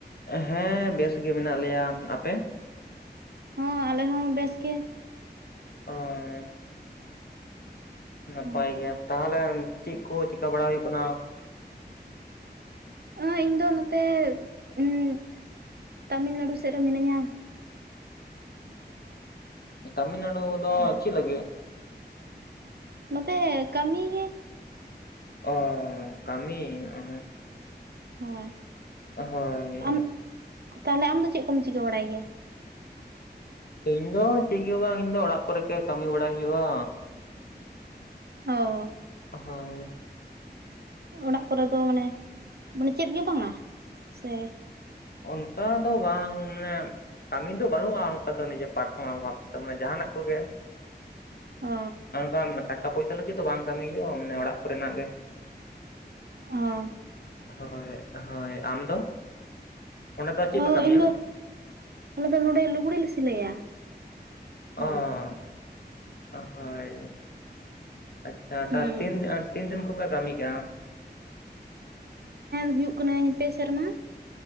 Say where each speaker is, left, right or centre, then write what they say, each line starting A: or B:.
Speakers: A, on the left; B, on the right.
A: ᱦᱮᱸ ᱵᱮᱥ ᱜᱮ ᱢᱮᱱᱟᱜ ᱞᱮᱭᱟ ᱟᱯᱮ
B: ᱦᱚᱸ ᱟᱞᱮ ᱦᱚᱸ ᱵᱮᱥ ᱜᱮ᱾
A: ᱟᱨ <inaudible> ᱱᱟᱯᱟᱭ
B: ᱦᱳᱭ
A: ᱜᱮ ᱛᱟᱦᱚᱞᱮ ᱪᱤᱫ ᱠᱚ ᱪᱮᱠᱟ ᱵᱟᱲᱟ ᱦᱩᱭᱩᱜ ᱠᱟᱱᱟ
B: ᱟᱸᱡ ᱤᱧ ᱫᱚ ᱱᱚᱛᱮ ᱩᱜ ᱛᱟᱢᱤᱞ ᱱᱟᱹᱲᱩ ᱥᱮᱫ ᱨᱮ ᱢᱤᱱᱟᱹᱧᱟ᱾
A: ᱚ ᱛᱟᱢᱤᱞ ᱱᱟᱲᱩ ᱫᱚ
B: ᱦᱳᱭ
A: ᱪᱮᱫ ᱞᱟᱹᱜᱤᱫ
B: ᱱᱚᱛᱮ ᱠᱟᱹᱢᱤ ᱜᱮ
A: ᱚ ᱠᱟᱹᱢᱤ ᱚ
B: ᱦᱳᱭ
A: ᱦᱳᱭ
B: ᱟᱢ ᱛᱟᱦᱚᱞᱮ ᱟᱢ ᱫᱚ ᱪᱮᱫ ᱠᱚᱢ ᱪᱤᱠᱟᱹ ᱵᱟᱲᱟᱭ ᱜᱮᱭᱟ
A: ᱤᱧ ᱫᱚ ᱪᱮᱫ ᱜᱮ ᱵᱟᱝ ᱤᱧ ᱫᱚ ᱚᱲᱟᱜ ᱠᱚᱨᱮ ᱜᱮ ᱠᱟᱹᱢᱤ ᱵᱟᱲᱟᱭ ᱦᱩᱭᱩᱜᱼᱟ᱾
B: ᱚ
A: ᱦᱳᱭ
B: ᱚᱲᱟᱜ ᱠᱚᱨᱮ ᱫᱚ ᱢᱟᱱᱮ ᱵᱚᱞᱮ ᱪᱮᱫ ᱜᱮ ᱵᱟᱝᱟ ᱥᱮ
A: ᱚᱱᱠᱟ ᱫᱚ ᱵᱟᱝ ᱢᱟᱱᱮᱜ ᱠᱟᱹᱢᱤ ᱫᱚ ᱵᱟᱹᱱᱩᱜᱼᱟ ᱚᱱᱠᱟ ᱫᱚ ᱱᱤᱡᱮ ᱯᱟᱨᱥᱚᱱᱟᱞ ᱵᱷᱟᱵ ᱛᱮᱫᱚ ᱢᱟᱱᱮ ᱡᱟᱦᱟᱱᱟᱜ ᱠᱚᱜᱮ
B: ᱚ
A: ᱚᱱᱠᱟ ᱴᱟᱠᱟ ᱯᱚᱭᱥᱟ ᱞᱟᱹᱜᱤᱫ ᱫᱚ ᱵᱟᱝ ᱠᱟᱹᱢᱤ ᱦᱩᱭᱩᱜᱼᱟ ᱢᱟᱱᱮ ᱚᱲᱟᱜ ᱠᱚᱨᱮᱱᱟᱜ ᱜᱮ᱾
B: ᱚ
A: ᱦᱳᱭ ᱦᱳᱭ ᱟᱢ ᱫᱚ ᱚᱸᱰᱮ ᱫᱚ ᱪᱮᱫ
B: ᱦᱳ
A: ᱯᱮ ᱠᱟᱹᱢᱤᱭᱟ
B: ᱤᱧ ᱫᱚ ᱟᱞᱮ ᱫᱚ ᱱᱚᱰᱮ ᱞᱩᱜᱽᱲᱤᱡ ᱞᱮ ᱥᱤᱞᱟᱹᱭᱟ᱾
A: ᱚᱻ
B: ᱦᱳᱭ
A: ᱚ ᱦᱳᱭ ᱟᱪᱪᱷᱟ
B: ᱦᱩᱸ
A: ᱛᱟ ᱛᱤᱱ ᱟᱨ ᱛᱤᱱ ᱫᱤᱱ ᱠᱷᱚᱯᱮ ᱠᱟᱹᱢᱤ ᱠᱮᱫᱼᱟ
B: ᱦᱩᱭᱩᱜ ᱠᱟᱹᱱᱟᱹᱧ ᱯᱮ ᱥᱮᱨᱢᱟ